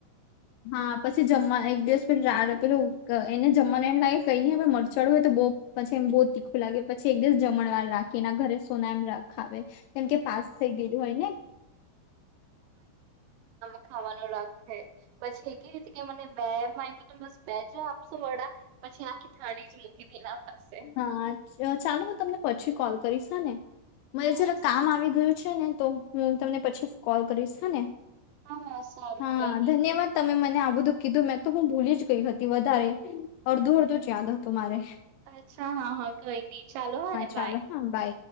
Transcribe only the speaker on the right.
ખાવાનું રાખે પછી એ કે કે મને બે તો બસ બે જ આપશો વડા પછી આખી થાળડી જ મૂકી દે પાસે
હા
હા હા સારું
કઈ નઈ
અચ્છા હા હા કઈ નઈ ચાલો હા ને બાય